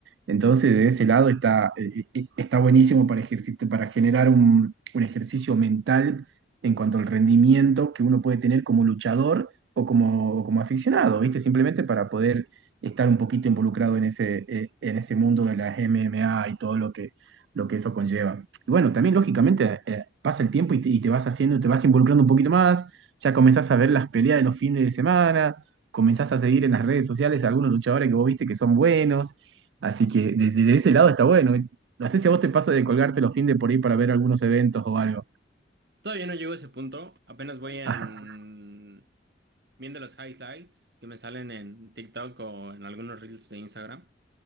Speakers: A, on the right (about 80°); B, on the right (about 65°).
A: Entonces, de ese lado está, eh, eh, está buenísimo para, ejercit- para generar un un ejercicio mental en cuanto al rendimiento que uno puede tener como luchador o como, o como aficionado, ¿viste? Simplemente para poder estar un poquito involucrado en ese, eh, en ese mundo de las MMA y todo lo que, lo que eso conlleva. Y bueno, también lógicamente eh, pasa el tiempo y te, y te vas haciendo, te vas involucrando un poquito más, ya comenzás a ver las peleas de los fines de semana, comenzás a seguir en las redes sociales a algunos luchadores que vos viste que son buenos, así que desde de, de ese lado está bueno. No sé si a vos te pasa de colgarte los fines de por ahí para ver algunos eventos o algo.
B: Todavía no llego a ese punto, apenas voy en
A: Ajá.
B: viendo los highlights que me salen en TikTok o en algunos reels de Instagram.